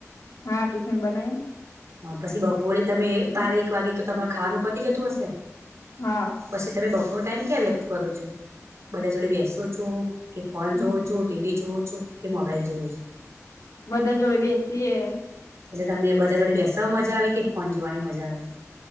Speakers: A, on the left; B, on the right.
A: હા ટિફિન બનાયે.
B: હ પછી બપોરે તમે બાર એક વાગે તો તમારું ખાવાનું પતી જતું હશે.
A: હા
B: પછી તમે બપોર ટાઈમ ક્યાં વ્યક્ત કરું છો? બધા જોડે બેસો છો? કે ફોન
A: હમ
B: જોવો છો ટીવી જોવો? કે મોબાઈલ જોવો છે
A: બધા જોડે બેસીસીએ
B: એટલે તમને બધા જોડે બેસવા મજા આવે કે ફોન જોવાની મજા આવે